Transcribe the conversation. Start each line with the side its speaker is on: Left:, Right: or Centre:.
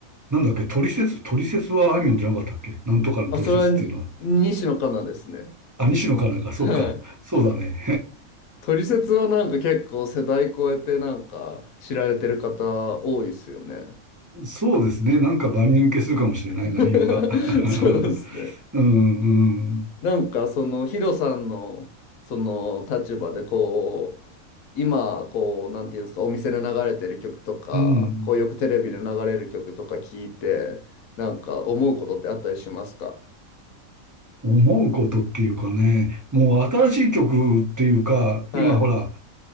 Right: なんだっけ、トリセツ、トリセツはあいみょんじゃなかったっけなんとかのトリセツっていうのは。
Left: あ、それは西野カナですね。
Right: あ、西野かなんか、そうか。
Left: はい。
Right: そうだね。
Left: トリセツはなんか結構世代超えてなんか知られてる方多いですよね。
Right: <laughs> そうですね。なんか万人受けするかもしれない内容が。
Left: <laughs>
Right: <laughs>
Left: そうですね。
Right: うん、うん、
Left: なんかそのヒロさんのその立場でこう今こうなんていうんですかお店で流れてる曲とかこうよくテレビで流れる曲とか聞いてなんか思うことってあったりしますか
Right: うん。思うことっていうかね、もう新しい曲っていうか、
Left: はい
Right: 今ほら、